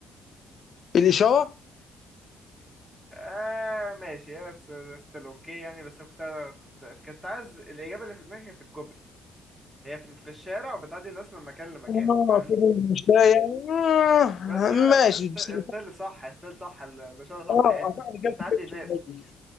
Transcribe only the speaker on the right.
آه ماشي يا ستيل اوكي يعني بس كنت كنت كنت عايز الإجابة اللي في دماغي كانت الكوبري هي في في الشارع وبتعدي الناس من مكان لمكان
فاهمني
بس أنا
استل
استل صح استل صح ال- الإشارة صح
يعني
تعدي
الناس